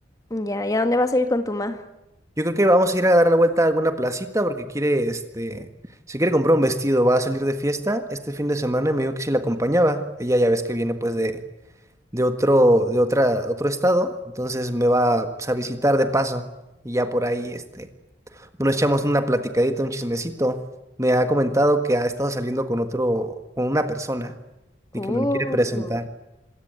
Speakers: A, on the left; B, on the right.
A: Ya, ¿y a dónde vas a ir con tu ma?
B: Yo creo que vamos a ir a dar la vuelta a alguna placita porque quiere, este, si quiere comprar un vestido, va a salir de fiesta este fin de semana y me dijo que si la acompañaba. Ella ya ves que viene pues de de otro, de otra, otro estado, entonces me va pues, a visitar de paso y ya por ahí, este, nos echamos una platicadita, un chismecito. Me ha comentado que ha estado saliendo con otro, con una persona y
A: Uh,
B: que me lo quiere presentar.